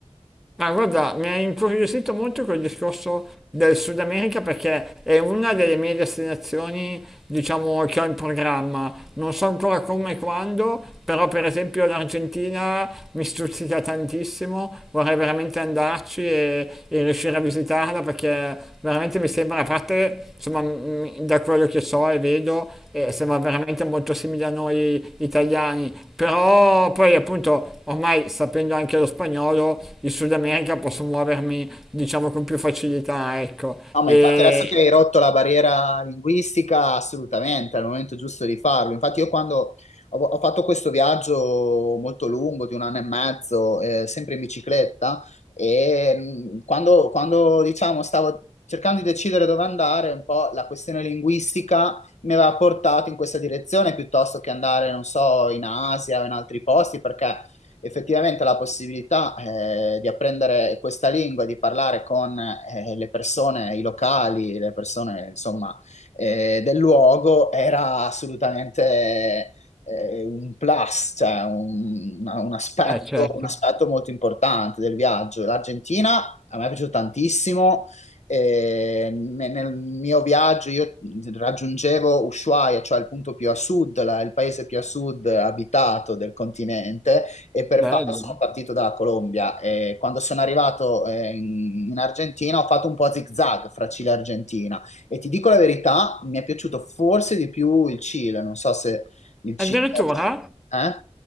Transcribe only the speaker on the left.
No, ma
infatti adesso che hai rotto la barriera linguistica, assolutamente, è il momento giusto di farlo. Infatti io quando ho, ho fatto questo viaggio molto lungo, di un anno e mezzo, eh, sempre in bicicletta, e mh, quando, quando, diciamo, stavo cercando di decidere dove andare, un po' la questione linguistica mi aveva portato in questa direzione piuttosto che andare, non so, in Asia o in altri posti, perché effettivamente la possibilità eh, di apprendere questa lingua, di parlare con eh, le persone, i locali, le persone insomma eh, del luogo era assolutamente eh, un plus, cioè un, un aspetto,
un aspetto molto importante del viaggio. L'Argentina a me è piaciuto tantissimo. E me- nel mio viaggio io raggiungevo Ushuaia, cioè il punto più a sud, la- il paese più a sud abitato del continente, e per
farlo sono partito dalla Colombia. E quando sono arrivato eh, in, in Argentina ho fatto un po' a zig-zag fra Cile e Argentina e ti dico la verità, mi è piaciuto forse di più il Cile, non so se il Cile...
Eh?